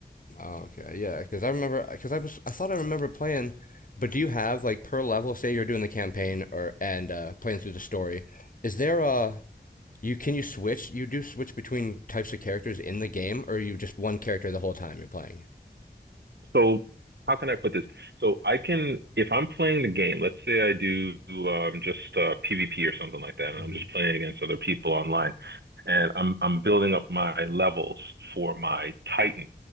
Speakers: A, on the left; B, on the right.
A: Okay, yeah. Because I remember, because I was, I thought I remember playing. But do you have like per level? Say you're doing the campaign or and uh, playing through the story. Is there a you can you switch? You do switch between types of characters in the game, or are you just one character the whole time you're playing?
B: so how can I put this? So I can, if I'm playing the game, let's say I do um, just uh, PvP or something like that, and I'm
A: Mm-hmm.
B: just playing against other people online, and I'm I'm building up my levels for my Titan.